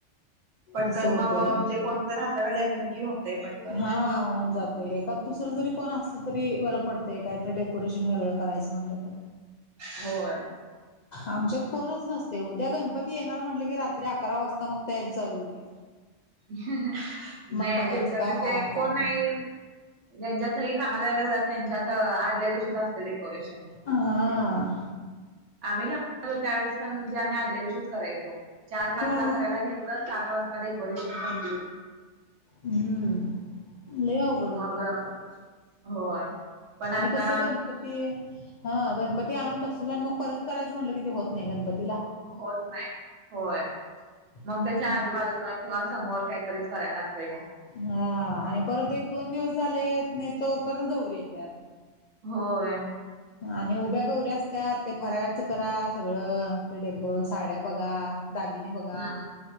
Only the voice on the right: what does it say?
पटकन
मग म्हणजे, कोणतर हाताखाली असलं की, होतंय पटकन.
होय,
<unintelligible> नाही
जच्यात,
म्हणजे
कोण
नाही, ज्यांच्यात सगळी कामाला वगैरे जातत, त्यांच्यात आदल्या दिवशीच असतं डेकोरेशन.
आम्ही लहान होतो, त्यावेळेस पण म्हणजे आम्ही, आदल्या दिवशीच करायचो. चार पाच
ला करायला घ्यायचं, सात वाजता डेकोरेशन कमप्लीट.
मग
होय. पण आता
होत नाही, होय. मग
त्याच्या आजूबाजून, किंवा समोर काहीतरीच करायला लागतंय मग,
होय,
हम्म